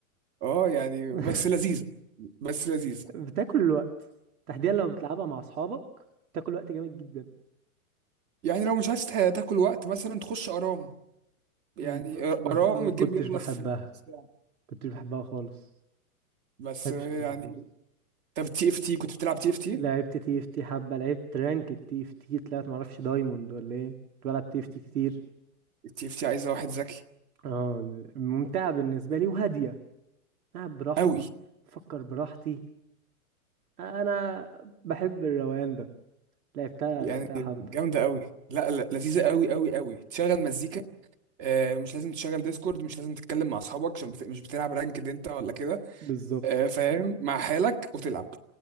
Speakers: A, on the right; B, on the right.
A: اه يعني
B: <laughs>
A: بس لذيذه بس لذيذه
B: بتاكل الوقت تحديدا لما بتلعبها مع اصحابك بتاكل وقت جامد جدا
A: يعني لو مش عايز تا- تاكل وقت مثلا تخش ارام يعني
B: ب-
A: ارام
B: ما, ما كنتش
A: الجيم بيخلص
B: بحبها
A: في نص ساعه
B: كنتش بحبها خالص
A: بس
B: ما بحبش
A: يعني
B: العبها خالص
A: طب تي اف تي كنت بتلعب تي اف تي؟
B: لعبت تي اف تي حبه لعبت رانك تي اف تي طلعت معرفش دايموند ولا ايه كنت بلعب تي اف تي كتير
A: التي اف تي عايزه واحد ذكي
B: اه ممتعه بالنسبه لي وهاديه العب براحتي
A: قوي
B: افكر براحتي انا بحب الروقان ده لعبتها
A: يعني
B: لعبتها حبه
A: جامدة قوي لا لا لذيذة قوي قوي قوي تشغل مزيكا آه، مش لازم تشغل ديسكورد مش لازم تتكلم مع اصحابك عشان بت... مش بتلعب رانكد انت ولا كده
B: بالظبط
A: آه، فاهم مع حالك وتلعب